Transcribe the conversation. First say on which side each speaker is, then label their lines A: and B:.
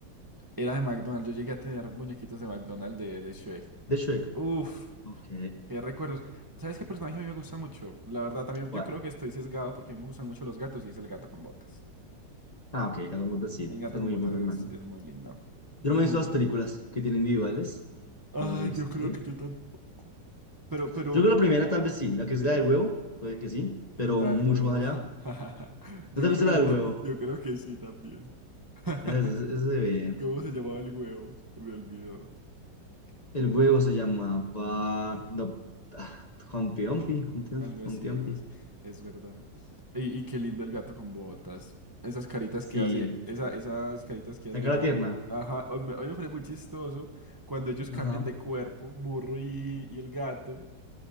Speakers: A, on the right; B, on the left.
A: Era de McDonald's. Yo llegué a tener muñequitos de McDonald's de, de Shrek.
B: De Shrek,
A: Uf,
B: ok,
A: qué recuerdos. ¿Sabes qué personaje a mí me gusta mucho? La verdad, también
B: ¿cuál?
A: yo creo que estoy sesgado porque a mí me gustan mucho los gatos y es el gato con botas.
B: Ah, ok, Catwoman sí,
A: El gato
B: es
A: con
B: muy
A: botas
B: buen personaje.
A: es, es muy lindo. Muy
B: Yo no me he visto las
A: lindo.
B: películas que tienen individuales,
A: Ah,
B: no las he visto,
A: yo creo
B: ¿tú sí?
A: que yo tampoco. Pero, pero,
B: Yo creo que la primera tal vez sí, la que es la del huevo, puede que sí, pero
A: la
B: mucho
A: del huevo.
B: más allá.
A: <laughs> Yo
B: ¿No te
A: creo
B: has visto
A: que
B: la del
A: yo, ta-
B: huevo?
A: yo creo que sí también. <laughs>
B: Ese, ese- ese se ve.
A: ¿Cómo se llamaba el huevo? Me olvidó.
B: El
A: no
B: huevo se llamaba no, ah, Humpty Dumpty, Humpty Dumpty,
A: Algo así,
B: Humpty
A: algo
B: Dumpty.
A: así. Es verdad. Y, y qué lindo el gato con botas. Esas caritas
B: Sí,
A: que hace, esa, esas caritas que hace
B: la
A: de...
B: cara tierna,
A: Ajá, hoy me, hoy me fue muy chistoso cuando ellos cambian
B: ajá.
A: de cuerpo, burro y, y el gato.